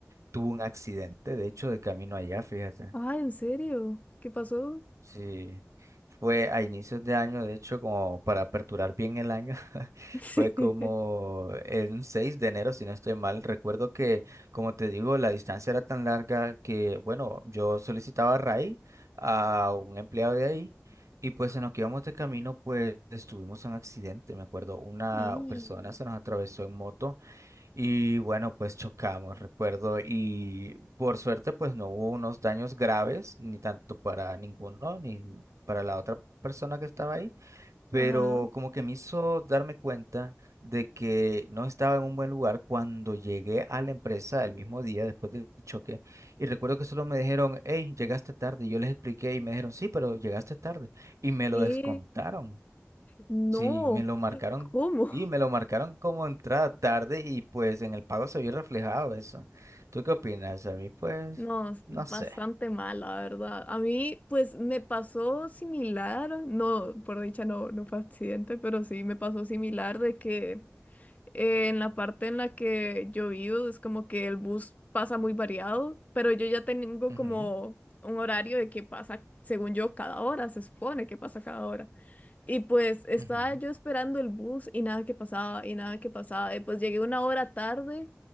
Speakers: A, on the right; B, on the left.
A: tuve un accidente, de hecho, de camino allá, fíjate.
B: Ah, ¿en serio? ¿Qué pasó?
A: Sí, fue a inicios de año, de hecho, como para aperturar bien el año, <laughs>
B: <laughs>
A: fue como el 6 de enero, si no estoy mal. Recuerdo que, como te digo, la distancia era tan larga que, bueno, yo solicitaba a RAI, a un empleado de ahí, y pues en lo que íbamos de camino, pues tuvimos un accidente, me acuerdo, una
B: Y,
A: persona se nos atravesó en moto y bueno, pues chocamos, recuerdo, y por suerte pues no hubo unos daños graves, ni tanto para ninguno, ni para la otra persona que estaba ahí, pero
B: Ajá.
A: como que me hizo darme cuenta de que no estaba en un buen lugar cuando llegué a la empresa el mismo día después del choque, y recuerdo que solo me dijeron, hey, llegaste tarde, y yo les expliqué y me dijeron, sí, pero llegaste tarde, y me
B: ¿Qué?
A: lo descontaron.
B: No.
A: Sí, me lo marcaron,
B: ¿Cómo?
A: y
B: <laughs>
A: me lo marcaron como entrada tarde y pues en el pago se vio reflejado eso. ¿Tú qué opinas? A mí pues,
B: No, es bastante
A: no sé.
B: mal, la verdad. A mí, pues, me pasó similar. No, por dicha no, no fue accidente, pero sí me pasó similar de que eh, en la parte en la que yo vivo es como que el bus pasa muy variado, pero yo ya tengo
A: Ujú,
B: como un horario de que pasa, según yo, cada hora, se supone que pasa cada hora. Y pues estaba
A: ujú,
B: yo esperando el bus y nada que pasaba, y nada que pasaba. Y pues llegué una hora tarde,